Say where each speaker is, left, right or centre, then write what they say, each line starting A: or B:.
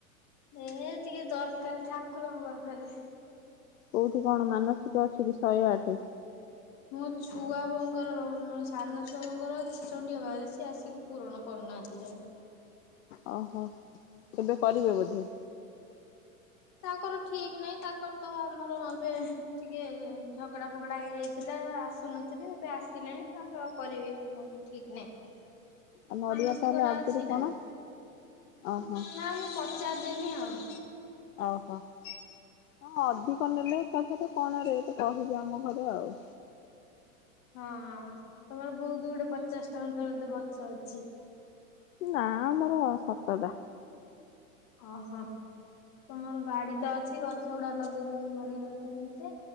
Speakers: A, on the left; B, on the left.
A: ଏ ଟିକେ ଦରକାର ଠାକୁରଙ୍କ ପାଖରେ।
B: କୋଉଠି କଣ ମାନସିକ ଅଛି କି ଶହେ ଆଠ
A: ମୋ ଛୁଆ ବୋଉଙ୍କର ମୋ ସାନ ଛୁଆ ବୋଉଙ୍କର ଅଛି ଚଣ୍ଡିଙ୍କ ପାଖେରେ। ଆସିକି ପୂରଣ କରୁନାହାନ୍ତି ଜଣେ
B: ଓହୋ କେବେ କରିବେ ବୋଧେ?
A: ତାଙ୍କର ଠିକ ନାହିଁ ତାଙ୍କର ତ ଆମର ଏବେ ଟିକେ ଝଗଡା ଫଗଡା ହେଇଯାଇଥିଲା ଆସୁନଥିଲେ ଏବେ ଆସିଲାଣି ତାଙ୍କର କରିବେ <unintelligible> ଠିକ ନାଇଁ।
B: ଆଉ ନଡ଼ିଆ
A: ମାନସିକ
B: ତାହେଲେ
A: ଟା
B: ଆଗରୁ
A: ଅଛି ନା,
B: କଣ ଓହୋ
A: ନା ମୁଁ ପଚାରିଦେନି ଆଉ।
B: ଓହୋ ହଁ ଅଧିକ ନେଲେ ଏକାଥେରେ କଣ ରେଟ କହିବି ଆମ ଘରେ ଆଉ।
A: ହଁ ତମର ବହୁତ ଗୁଡେ ପଚାଶଟା ବୋଧେ ଗଛ ଅଛି?
B: ନା ଆମର ସାତଟା।
A: ଓହୋ ତମର ବାଡି ତ ଅଛି ଗଛ ଗୁଡା ଲଗେଇ ଦଉନ ନଡିଆ ଗଛ ମେଞ୍ଚେ।